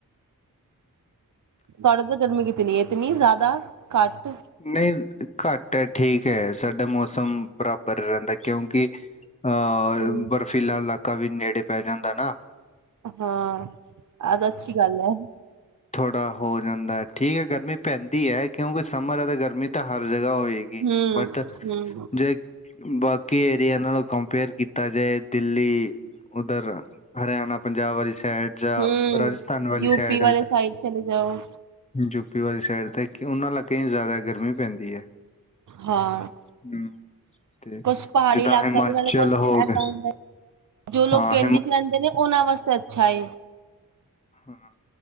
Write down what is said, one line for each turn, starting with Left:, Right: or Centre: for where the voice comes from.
Right: ਤੁਹਾਡੇ ਤਾਂ ਗਰਮੀ ਕਿਤਨੀ ਹੈ? ਇਤਨੀ ਜ਼ਿਆਦਾ, ਘੱਟ
Left: ਨਹੀਂ ਘੱਟ ਹੈ ਠੀਕ ਹੈ ਸਾਡਾ ਮੌਸਮ ਬਰਾਬਰ ਰਹਿੰਦਾ ਕਿਉਂਕਿ ਅ
Right: ਹਮ
Left: ਬਰਫ਼ੀਲਾ ਇਲਾਕਾ ਕਾਫੀ ਨੇੜੇ ਪੈ ਜਾਂਦਾ ਨਾ
Right: ਹਾਂ ਆ ਤਾਂ ਅੱਛੀ ਗੱਲ ਹੈ
Left: ਥੋੜਾ ਹੋ ਜਾਂਦਾ ਹੈ ਠੀਕ ਹੈ ਗਰਮੀ ਪੈਂਦੀ ਹੈ ਕਿਉਂਕਿ ਸਮਰ ਹੈ ਤਾਂ ਗਰਮੀ ਤਾਂ ਹਰ ਜਗ੍ਹਾ ਹੋਏਗੀ
Right: ਹਮ
Left: ਬਟ
Right: ਹਮ
Left: ਜੇ ਬਾਕੀ ਏਰੀਆ ਨਾਲ ਕੰਪੇਅਰ ਕੀਤਾ ਜਾਏ ਦਿੱਲੀ ਉੱਧਰ ਹਰਿਆਣਾ, ਪੰਜਾਬ ਵਾਲੀ ਸਾਈਡ ਜਾਂ
Right: ਹਮ
Left: ਰਾਜਸਥਾਨ ਵਾਲੀ
Right: ਯੂਪੀ
Left: ਸਾਈਡ,
Right: ਵਾਲੇ ਸਾਈਡ ਚਲੇ ਜਾਓ
Left: ਯੂਪੀ ਵਾਲੀ ਸਾਈਡ ਦੇ ਕਿ ਉਹਨਾਂ ਇਲਾਕੇ ਚ ਜ਼ਿਆਦਾ ਗ ਰਮੀ ਪੈਂਦੀ ਹੈ,
Right: ਹਾਂ
Left: ਹਮ ਤੇ
Right: ਕੁਛ ਪਹਾੜੀ
Left: ਜਿੱਦਾਂ
Right: ਇਲਾਕਾ
Left: ਹਿਮਾਚਲ
Right: ਵੀ ਨਾਲੇ ਕੁਛ
Left: ਹੋ
Right: ਐਸਾ
Left: ਗਿਆ
Right: ਹੁੰਦਾ ਜੋ ਲੋਕ
Left: ਹਾਂ
Right: ਪਿੰਡ ਵਿਚ ਰਹਿੰਦੇ ਨੇ ਉਹਨਾਂ ਵਾਸਤੇ ਅੱਛਾ ਏ।
Left: ਹਾਂ